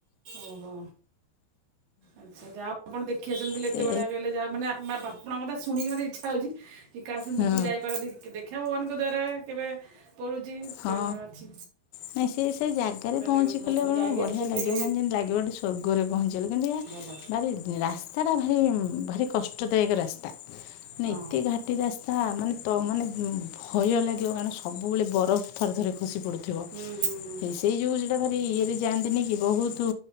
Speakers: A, on the right; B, on the left.
A: ଓହୋ ଆଛା ଯ ଆପଣ ଦେଖିସନ୍ତି ବୋଲି
B: ସେ
A: ଏତେ ବଢିଆ କହିଁଲେ ଯା ମାନେ ବାପାଙ୍କ କଥା ଶୁଣିକି ମୋତ ଦେଖିବାକୁ ଇଛଅ ହଉଛି। କି କାସ
B: ହଁ
A: ମୁଁ ବି ଯାଇପାରନ୍ତି ଦେଖିବା ଭଗବାନଙ୍କ ଦ୍ୱାରା କେବେ ପଡ଼ୁଛି।
B: ହଁ
A: କେବେ ଅଛି
B: ନାଇଁ ସେ ସେ ଜାଗା ଆାଗରେ
A: ତାହେଲେ
B: ପହଞ୍ଚିଗଲେ
A: ବହୁତ ଭଲ ଆପଣ
B: ମ
A: ଯାଇକି
B: ବଢ଼ିଆ
A: ଆସିଛନ୍ତି
B: ଲାଗିବ ମାନେ ଯେମିତି ଲାଗିବ ଗେ ସର୍ଗରେ ପହଞ୍ଚିଗଲେ କିନ୍ତୁ ଏହା
A: ଭଲ
B: ଭାରି ରାସ୍ତାଟା ଭାରି ଭାରି କଷ୍ଟଦାୟକ ରାସ୍ତା
A: ହଁ
B: ନା ଏତେ ଘାଟି ରାସ୍ତା ମାନେ ତ ମାନେ ଭୟ ଲାଗିବ କାରଣ ସବୁବେଳେ ବରଫ ଥରେ ଥରେ ଖସି ପଡୁଥିବ।
A: ହୁଁ ହୁଁ ହୁଁ
B: ସେଇ ଯୋଉ ସେଟା ଭାରି ଇଏରେ ଯାଆନ୍ତିନି କି ବହୁତ